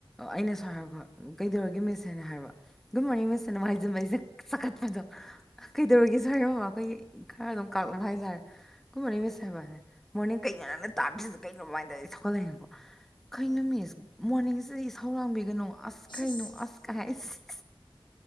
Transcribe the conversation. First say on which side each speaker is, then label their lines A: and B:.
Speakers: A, in the centre; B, on the left.
A: ꯑꯩꯅ ꯁꯨꯃꯥꯏ ꯍꯥꯏꯀꯣ ꯀꯩꯗꯧꯔꯒꯦ ꯃꯤꯁ ꯍꯥꯏꯅ ꯍꯥꯏꯕ ꯒꯨꯗ ꯃꯣꯔꯅꯤꯡ ꯃꯤꯁ
B: ꯎꯝ
A: ꯍꯥꯏꯅ ꯍꯥꯏꯖꯟꯕ ꯑꯩꯁꯦ ꯆꯈꯠꯄꯗꯣ
B: ꯎꯝ
A: ꯀꯩꯗꯧꯔꯒꯦꯁꯦ ꯍꯥꯏꯔꯣ ꯑꯩꯈꯣꯏꯒꯤ ꯈꯔ ꯑꯗꯨꯝ ꯀꯥꯛꯂꯅ ꯍꯥꯏꯇꯥꯥꯔꯦ ꯒꯨꯗ ꯃꯣꯔꯅꯤꯡ
B: ꯎꯝ
A: ꯃꯤꯁ
B: ꯎꯝ
A: ꯍꯥꯏꯕ ꯅ ꯃꯣꯔꯅꯤꯡ ꯀꯩꯩꯅꯣ ꯅꯪꯅ ꯇꯥꯗ꯭ꯔꯤꯁꯤ ꯀꯩꯅꯣ ꯃꯃꯥꯏꯅ <unintelligible> ꯕꯀꯣ ꯀꯩꯅꯣ
B: ꯎꯝ
A: ꯃꯤꯁ ꯃꯣꯔꯅꯤꯡꯁꯦ ꯏꯁꯧꯂꯥꯡꯕꯤꯒꯅꯣ ꯑꯁ
B: ꯁꯤ
A: ꯀꯩ ꯅꯣ ꯑꯁ ꯀꯥꯏ ꯍꯥꯏ ꯏꯁ